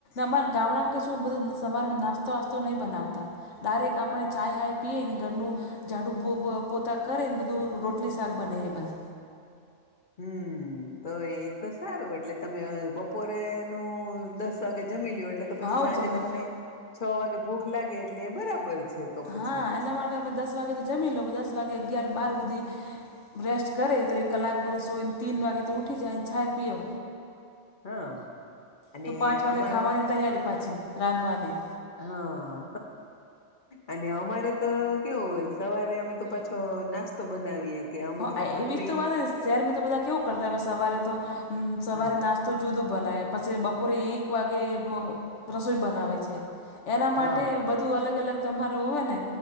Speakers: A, on the left; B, on the left.
A: અમારા ગામડામાં કે શું બધું સવાર મે નાસ્તો વાસ્તો નહીં બનાવતા ડાયરેક્ટ આપણે ચ હાય પીએ ને ઘરનું ઝાડુ પો પો પોત. તા કરે ને બધું રોટલી શાક બને બસ.
B: હમ. તો એ તો સારું એટલે તમે બપોરે નું દસ વાગે જમી લો એટલે તો પછી
A: આવો
B: સાંજે
A: જમે
B: તમને છ વાગે ભૂખ લાગે એટલે એ બરાબર છે. તો પછી
A: હા એના માટે અમે દસ વાગે તો જમી લો દસ વાગે અગિયાર બાર હુધી. રેસ્ટ કરે તો એક કલાક ભરી સોય ને તીન વાગે તો ઉઠી જાય ચાય પિઓ.
B: હા અને
A: તો પાંચ વાગે
B: અમારા
A: ખાવાની તૈયારી પાછી રાંધવાને.
B: હા અને અમારે તો કેવું હોય સવારે અમે તો પાછો નાસ્તો બનાવીએ. કે અમે
A: હા
B: તો ભાખરી
A: એવીજ તો વાત શહેરમાં તો બધા કેવું કરતા હય સવારે તો સવારે
B: હા
A: નાસ તો જુદું બનાવે પછી બપોરે એક વાગે રસોઈ બનાવે છે. એના માટે
B: હા
A: બધું અલગ અલગ તમારો હોય ને